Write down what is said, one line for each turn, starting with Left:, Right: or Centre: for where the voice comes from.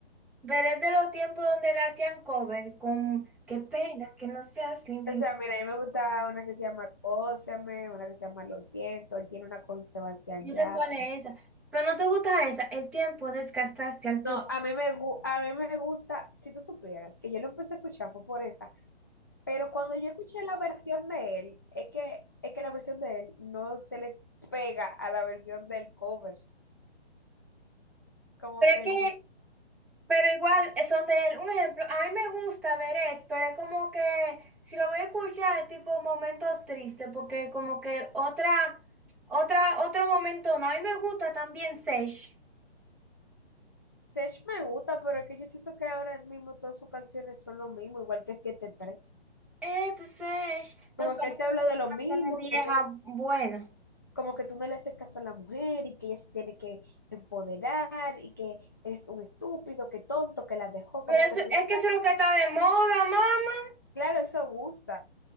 Centre: Veré de los tiempos donde le hacían cover con qué pena que no seas limpio.
Left: O sea, mira, a mí me gusta una que se llama Cóseme, una que se llama Lo siento, él tiene una con Sebastián
Centre: Yo
Left: Yatra.
Centre: sé cuál es esa, pero no te gusta esa. El tiempo desgastaste al propósito.
Left: No, a mí me gu- a mí me gusta, si tú supieras, que yo lo empecé a escuchar fue por esa, pero cuando yo escuché la versión de él, es que es que la versión de él no se le pega a la versión del cover, como
Centre: Pero
Left: que
Centre: es que,
Left: no.
Centre: pero igual eh, son de él. Un ejemplo, a mí me gusta Beret, pero es como que si lo voy a escuchar es tipo momentos tristes, porque como que otra, otra, otro momento, no, a mí me gusta también Sage.
Left: Sech me gusta, pero es que yo siento que ahora mismo todas sus canciones son lo mismo, igual que siete tres
Centre: Este Sage,
Left: Como
Centre: no, pero
Left: que
Centre: es
Left: él
Centre: que
Left: te habla
Centre: son
Left: de lo
Centre: canciones
Left: mismo,
Centre: viejas
Left: que tú
Centre: buenas.
Left: como que tú no le haces caso a la mujer y que ella se tiene que empoderar y que eres un estúpido, que tonto, que la dejó,
Centre: Pero
Left: como
Centre: eso,
Left: que tú...
Centre: es que eso es lo que está de moda, mami.
Left: Claro, eso gusta,